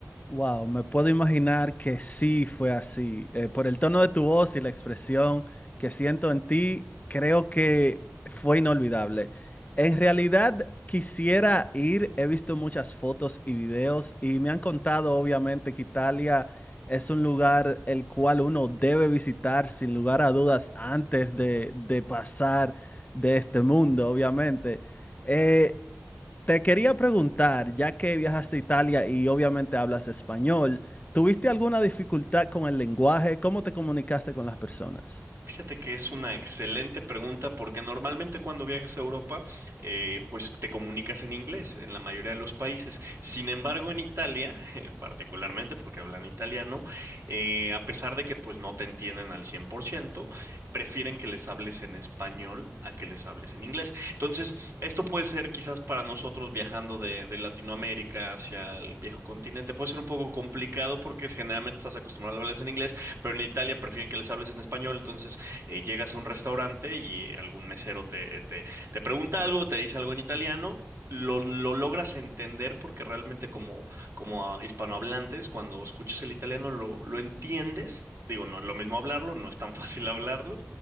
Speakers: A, on the left; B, on the right.
A: Wow, me puedo imaginar que sí fue así. Eh, por el tono de tu voz y la expresión que siento en ti, creo que fue inolvidable. En realidad, quisiera ir. He visto muchas fotos y videos y me han contado, obviamente, que Italia es un lugar el cual uno debe visitar sin lugar a dudas antes de, de pasar de este mundo, obviamente. Eh, Te quería preguntar, ya que viajaste a Italia y obviamente hablas español, ¿tuviste alguna dificultad con el lenguaje? ¿Cómo te comunicaste con las personas?
B: Fíjate que es una excelente pregunta porque normalmente cuando viajas a Europa, eh, pues te comunicas en inglés en la mayoría de los países. Sin embargo, en Italia, <laughs> eh, particularmente porque hablan italiano, eh, a pesar de que pues no te entienden al 100% prefieren que les hables en español a que les hables en inglés. Entonces, esto puede ser quizás para nosotros viajando de, de Latinoamérica hacia el viejo continente, puede ser un poco complicado porque generalmente estás acostumbrado a hablarles en inglés pero en Italia prefieren que les hables en español, entonces eh, llegas a un restaurante y algún mesero te, te, te pregunta algo, te dice algo en italiano, lo, lo logras entender porque realmente como, como ah, hispanohablantes, cuando escuchas el italiano lo, lo entiendes. Digo, no es lo mismo hablarlo, no es tan <laughs> fácil hablarlo,